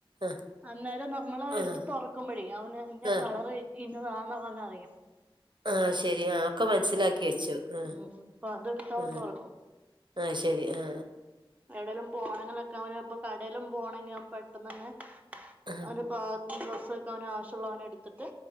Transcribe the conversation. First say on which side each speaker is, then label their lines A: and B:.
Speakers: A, on the right (about 55°); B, on the right (about 15°).
A: ആഹ്
B: അന്നേരം നമ്മള്
A: ആഹ്
B: എടുത്ത്
A: ആഹ്
B: തുറക്കുമ്പോഴേ അവന് ഇന്ന
A: ആഹ്
B: കളർ ഇന്നതാന്ന്അവന്ക് അറിയാം
A: ആ ശരി ആ ഒക്കെ മനസിലാക്കി വെച്ചു ആ
B: ഉം അപ്പൊ അതെടുത്ത് അവൻ
A: ആ
B: തുറക്കും
A: ആ ശരി ആ
B: എവിടേങ്കിലും പോണങ്കൊക്കെ അവന് ഇപ്പൊ കടയിലും പോണെങ്കിൽ പെട്ടെന്ന് തന്നെ
A: ആഹ്
B: അങ്ങനെ പ ഡ്രസ് വെക്കാനോ ആവശ്യമള്ളാനോ എടുത്തിട്ട്